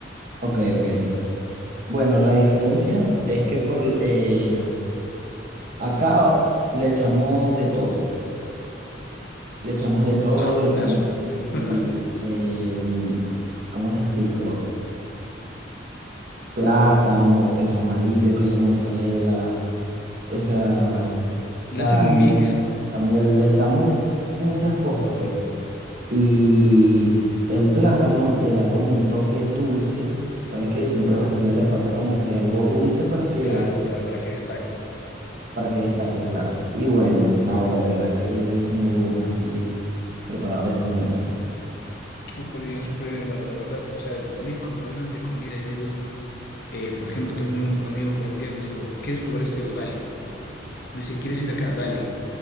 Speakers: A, on the right; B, on the left.
A: Ok, ok. Bueno, la diferencia es que por eh, acá le echamos de todo. Le echamos de todo,
B: Ah, buenazo.
A: le echamos que
B: <laughs>
A: sí, eh, ¿cómo te explico? Plátano, queso amarillo, queso mozzarella. o sea,
B: Le
A: carne,
B: hacen un mix.
A: bechamel, le echamos muchas cosas, pues. Y el plátano le da como un toque dulce. Sabes que siempre a las comidas le falta como que algo dulce para que,
B: Claro, claro, para que destaque.
A: para que destaque, claro. Y bueno, ahora de verdad que es muy bueno así, preparado de esa manera.
B: Súper bien, súper bien, hermano, la verdad. O sea, yo- a mí como hablan de comida, yo digo, eh, por ejemplo, tengo un amigo colombiano, digo, ¿quieres probar esto? Digo, dale. Dice, ¿quieres ir acá? Dale.